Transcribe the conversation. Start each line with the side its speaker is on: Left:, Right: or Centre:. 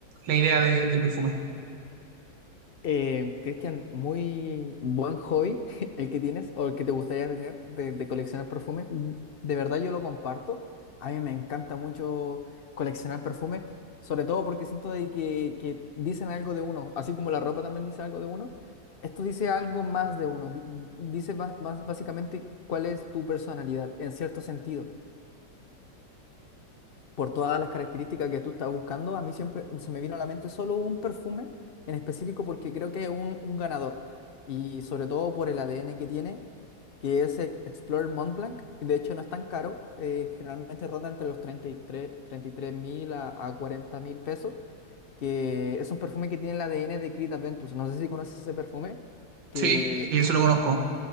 Right: la idea de- del perfume.
Left: Eh, Cristian, muy buen hobby <laughs> el que tienes o el que te gustaría tener de, de coleccionar perfumes. Mm, De verdad yo lo comparto. A mí me encanta mucho coleccionar perfumes, sobre todo porque siento de que, que dicen algo de uno, así como la ropa también dice algo de uno. Esto dice algo más de uno, di- dice ba- más básicamente cuál es tu personalidad en cierto sentido por todas las características que tú estás buscando, a mí siempre se me vino a la mente solo un perfume en específico porque creo que es un, un ganador y sobre todo por el ADN que tiene, que es Ex- Explorer Montblanc, y de hecho no es tan caro, eh, generalmente ronda entre los 33, 33 mil a, a 40 mil pesos, que es un perfume que tiene el ADN de Creed Aventus, no sé si conoces ese perfume, que
Right: Sí, sí, eso lo conozco.